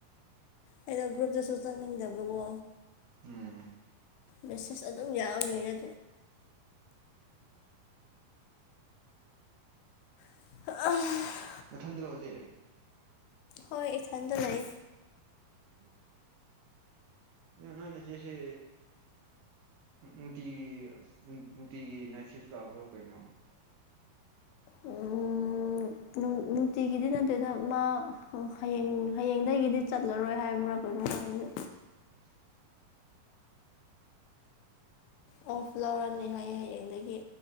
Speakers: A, on the left (about 85°); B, on the right (about 70°).
A: ꯑꯩꯅ ꯒ꯭ꯔꯨꯞꯇꯁꯨ ꯆꯪꯅꯤꯡꯗꯕꯀꯣ
B: ꯎꯝ
A: ꯃꯦꯁꯦꯁ ꯑꯗꯨꯝ ꯌꯥꯝꯃꯦ ꯑ <unintelligible>
B: ꯃꯊꯟꯗ꯭ꯔꯣ ꯍꯧꯖꯤꯛ
A: ꯍꯣꯏ ꯏꯊꯟꯗ ꯂꯩ
B: ꯎꯝ ꯀꯔꯤꯅꯣ ꯅꯣꯏ ꯅꯆꯦꯁꯦ ꯅꯨꯡꯇꯤꯒꯤ ꯅꯨꯡꯇꯤꯒꯤ ꯅꯥꯏꯠꯁꯤꯞ ꯇꯥꯕ꯭ꯔꯣ ꯀꯩꯅꯣ
A: ꯎꯝ
B: <unintelligible>
A: ꯅꯨꯡꯇꯤꯒꯤꯗꯤ ꯅꯠꯇꯣꯏꯗ ꯃꯥ ꯍꯌꯦꯡ ꯍꯌꯦꯡꯗꯒꯤꯗꯤ ꯆꯠꯂꯔꯣꯏ ꯍꯥꯏꯕ꯭ꯔꯥ ꯀꯩꯅꯣ ꯍꯥꯏꯕꯅꯦ
B: <unintelligible>
A: ꯑꯣꯐ ꯂꯧꯔꯅꯤ ꯍꯥꯏꯌꯦ ꯍꯌꯦꯡꯗꯒꯤ